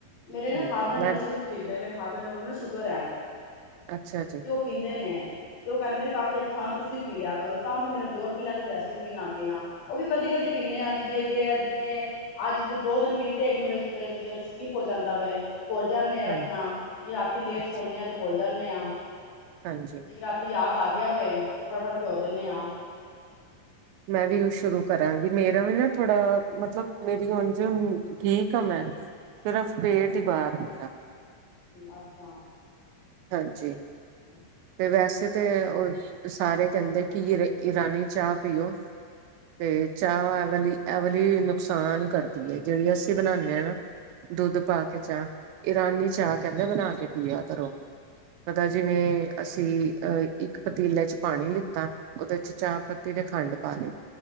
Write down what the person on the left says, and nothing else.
ਮੇਰੇ
ਨਾ ਫਾਦਰ
ਇਨ
ਲਾੱ ਸ਼ੁੱਰੂ ਤੋਂ ਪੀਂਦੇ ਨੇ ਮੇਰੇ ਫਾਦਰ ਇਨ ਲਾੱ ਨੂੰ ਨਾ ਸ਼ੂਗਰ ਹੈ
ਤੇ ਉਹ ਪੀਂਦੇ ਨੇ ਤੇ ਉਹ ਕਹਿੰਦੇ ਨੇ ਕਾਫੀ ਅੱਛਾ ਤੁਸੀਂ ਪੀ ਲਿਆ ਕਰੋ ਤਾਂ ਫੇਰ ਮੇਰਾ ਦਿਓ ਪੀਣ ਲਗ ਪਯਾ ਸੀ, ਅਸੀ ਵੀ ਪੀਣ ਲੱਗ ਗਏ ਹਾਂ ਉਹ ਵੀ ਕਦੀ ਕਦੀ ਪੀਨੇ ਹਾਂ ਜਿਵੇਂ ਜਿਵੇਂ ਅੱਜ ਦੋ ਦਿਨ ਪੀਤੇ ਇੱਕ ਦਿਨ ਵਿਚ ਸਕਿੱਪ ਹੋ ਜਾਂਦਾ ਵੇ ਭੁਲ ਜਾਂਨੇ ਆ ਰੱਖਣਾ
ਜੇ ਰਾਤੀ ਲੇਟ
ਸੌਨੇ ਆ ਤੇ ਭੁਲ ਜਾਨੇ ਆਂ
ਜਿਵੇਂ ਰਾਤੀ ਯਾਦ ਆ ਗਿਆ ਵੇ ਤੇ ਫਟਾਫਟ ਭਿਔ ਦਿੰਦੇ ਆਂ।
ਅੱਛਾ।
<inaudible>